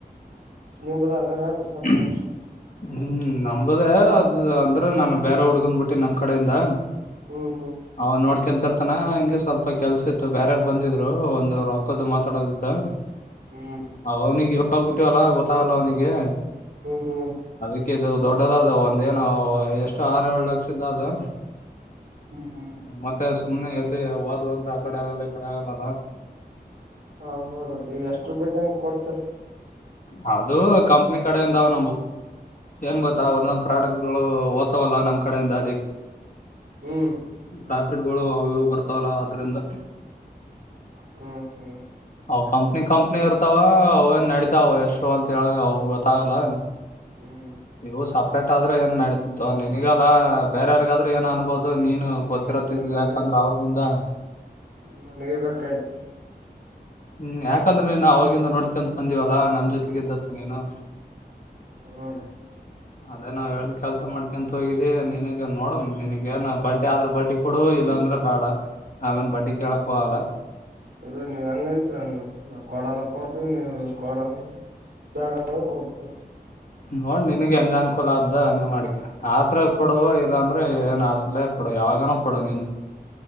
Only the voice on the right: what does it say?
ನಿಂಬುದ ಅದ ರಾಪಿ ಸಪ್ರೇಟ್
ಹ್ಮ್
ಹ್ಮ್
ಹ್ಮ್
ಹ್ಮ್
ಹೌದ ಹೌದು್ರೀ ಈಗ ಎಷ್ಟರು ಬಿಡ್ ಕೊಡ್ತ
ಹ್ಮ್
ಹ್ಮ್ ಹ್ಮ್
ಹ್ಮ್
ಇಲ್ಲ ನನಗೆ
ನನಗೆ ಬೇಕಾಯ್ತು
ಹ
ಇದ ನೀವು ಹೆಂಗ ಅತ್ರಿ ಹಂಗ ನಾವು ಕಡಂದ್ರ ಕೊಡ್ತೀವಿ ನೀವು ಕೊಡ ಅಂದ್ರ ಬೇಡಾ ಅಂದ್ರ ಬಿಡತೀವಿ